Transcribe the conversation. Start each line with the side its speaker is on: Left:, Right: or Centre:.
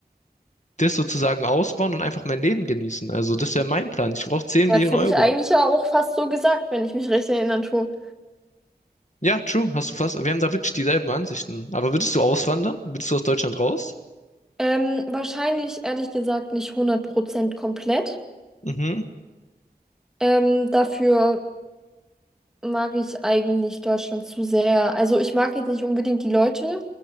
Left: das sozusagen ausbauen und einfach mein Leben genießen. Also das wäre mein Plan. Ich brauche 10
Centre: Ja,
Left: Millionen
Centre: das hätte
Left: Euro.
Centre: ich eigentlich ja auch fast so gesagt, wenn ich mich recht erinnern tue.
Left: Ja, true, hast du fast, wir haben da wirklich dieselben Ansichten. Aber würdest du auswandern? Würdest du aus Deutschland raus?
Centre: Ähm, wahrscheinlich, ehrlich gesagt, nicht hundert Prozent komplett.
Left: Mhm,
Centre: Ähm, dafür mag ich eigentlich Deutschland zu sehr. Also ich mag jetzt nicht unbedingt die Leute